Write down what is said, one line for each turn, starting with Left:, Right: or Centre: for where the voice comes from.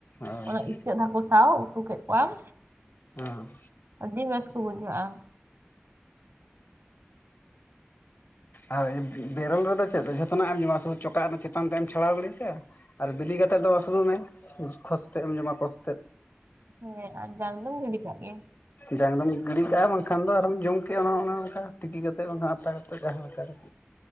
Left: ᱟᱨ
Right: ᱚᱱᱟ ᱪᱮᱫ ᱦᱟᱹᱠᱩ ᱥᱟᱵ ᱩᱛᱩ ᱠᱮᱫ ᱠᱚᱣᱟᱢ
Left: ᱦᱚᱸ
Right: ᱟᱹᱰᱤ ᱵᱮᱥ ᱠᱚ ᱵᱩᱡᱷᱟᱹᱜᱼᱟ
Left: ᱟᱨ ᱵᱮᱨᱮᱞ ᱨᱮᱫᱚ ᱪᱮᱫ ᱡᱚᱛᱚᱱᱟᱜ ᱮᱢ ᱡᱚᱢᱟ ᱥᱩᱫᱩ ᱪᱚᱠᱟᱜ ᱨᱮᱱᱟᱜ ᱪᱮᱛᱟᱱ ᱛᱮ ᱮᱢ ᱪᱷᱟᱲᱟᱣ ᱜᱤᱟᱲᱰᱤ ᱠᱮᱭᱟ ᱟᱨ ᱵᱤᱞᱤ ᱠᱟᱛᱮᱫ ᱫᱚ ᱟᱹᱥᱩᱞᱩᱜ ᱢᱮ ᱠᱷᱡᱽ ᱛᱮᱫ ᱮᱢ ᱡᱚᱢᱟ ᱠᱚᱡᱽ ᱛᱮᱫ
Right: ᱦᱮᱸ ᱟᱨ ᱡᱟᱝ ᱫᱚᱢ ᱜᱤᱰᱤ ᱠᱟᱜ ᱜᱮ
Left: ᱡᱟᱝ ᱨᱮᱢ ᱜᱤᱰᱤ ᱠᱟᱜᱼᱟ ᱵᱟᱝᱠᱷᱟᱱ ᱫᱚ ᱟᱨᱢ ᱡᱚᱢ ᱠᱮᱜᱼᱟ ᱚᱱᱟ ᱚᱱᱮ ᱚᱱᱠᱟ ᱛᱤᱠᱤ ᱠᱟᱛᱮᱮᱫ ᱟᱛᱟ ᱠᱟᱛᱮᱫ ᱡᱟᱦᱟᱸ ᱦᱟᱛᱟ ᱠᱟᱛᱮ